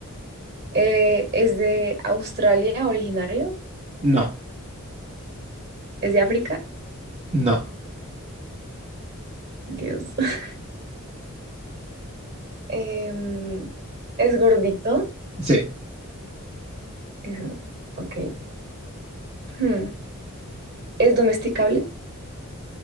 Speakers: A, on the right (about 50°); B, on the right (about 30°).
A: Eh, ¿es de Australia originario?
B: no,
A: ¿Es de África?
B: no.
A: Dios. <laughs> Em, ¿es gordito?
B: Sí.
A: Es- ok. Hmm, ¿es domesticable?